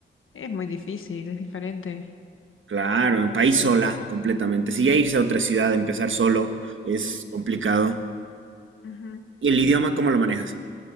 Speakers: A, on the left (about 80°); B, on the right (about 70°).
A: es muy difícil, es diferente.
B: Claro, en país sola, completamente. Si ya irse a otra ciudad, empezar solo, es
A: Ujú,
B: complicado.
A: ujú.
B: ¿Y el idioma cómo lo manejas?